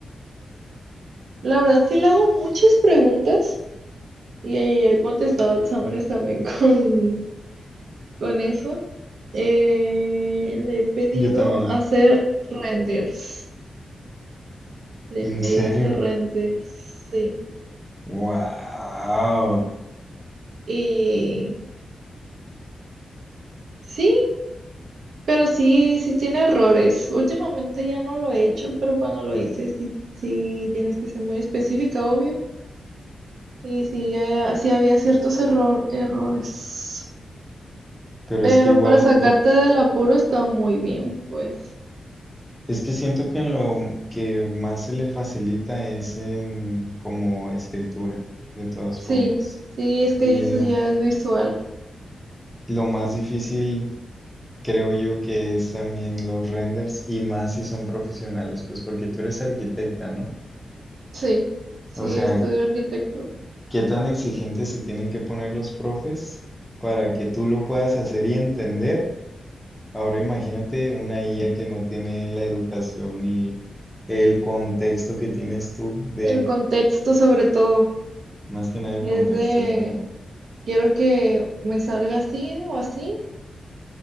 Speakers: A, on the right; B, in the centre.
A: La verdad, sí le hago muchas preguntas y ahí he contestado exámenes también <laughs> con, con eso. Eh, le he pedido
B: Yo también.
A: hacer renders. Le
B: ¿En
A: he pedido
B: serio?
A: hacer renders, sí.
B: ¡Wow!
A: Y sí, pero sí, sí tiene errores. Últimamente ya no lo he hecho, pero cuando lo hice, sí, sí tienes que ser muy específica, obvio. Y sí, ya- sí había ciertos error, errores.
B: Pero
A: Pero
B: es que igual
A: para sacarte
B: yo,
A: del apuro está muy bien, pues.
B: es que siento que en lo que más se le facilita es en como escritura, de todas
A: Sí,
B: formas.
A: sí, es que
B: Y
A: eso
B: en lo
A: ya es visual.
B: Lo más difícil creo yo que es también los renders y más si son profesionales, pues porque tú eres arquitecta, ¿no?
A: Sí, sí,
B: O sea,
A: estudio arquitectura.
B: ¿qué tan exigentes se tienen que poner los profes para que tú lo puedas hacer y entender? Ahora imagínate una IA que no tiene la educación y el contexto que tienes tú de,
A: El contexto sobre todo
B: más que nada el
A: es
B: contexto,
A: de,
B: es verdad.
A: quiero que me salga así o así.